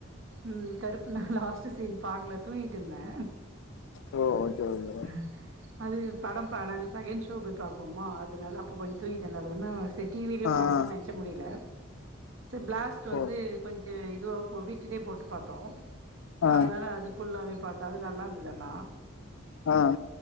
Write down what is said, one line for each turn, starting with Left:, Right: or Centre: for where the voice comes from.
Right: உம் கருப்பு நா லாஸ்ட் சீன் பாக்கல தூங்கிட்டு இருந்தே
Left: ஓ ஓகே ஓகே
Right: அஹ அது படம் பாருங்க செகண்ட் ஷோ போய் பாப்போமா அதனால அப்போ கொஞ்சோ தூங்கிட்டேன அது என்ன டி வி லேய
Left: ஆ ஆ
Right: பாக்கணும்னு நினைச்ச முடியல பிளாஸ்ட் வந்து
Left: ஓ
Right: கொஞ்சம் து இதுவா வீட்டிலே போட்டு பாத்தோ
Left: ஆ
Right: அதனால அது புல்லாவே பாத்தா அது நல்லா இருந்ததாண்ணா
Left: ஆ